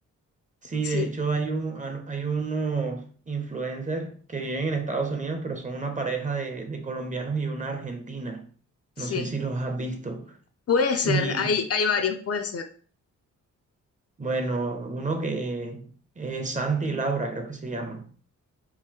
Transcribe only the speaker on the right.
sí,
de hecho hay un, al- hay unos influencers que viven en Estados Unidos, pero son una pareja de, de colombianos y una argentina.
No sé si los has visto.
Y
bueno, uno que es Santi y Laura, creo que se llama.